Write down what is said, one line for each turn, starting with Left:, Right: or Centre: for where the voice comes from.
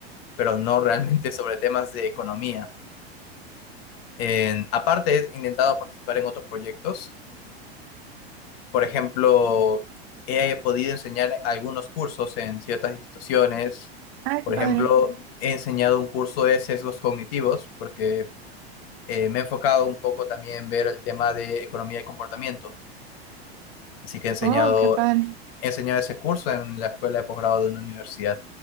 Left: pero no realmente sobre temas de economía. En- aparte, he intentado participar en otros proyectos. Por ejemplo, he podido enseñar algunos cursos en ciertas instituciones.
Right: Ay,
Left: Por
Right: qué padre.
Left: ejemplo, he enseñado un curso de sesgos cognitivos porque eh, me he enfocado un poco también en ver el tema de economía y comportamiento. Así que he enseñado,
Right: Oh, qué padre.
Left: he enseñado ese curso en la escuela de posgrado de una universidad.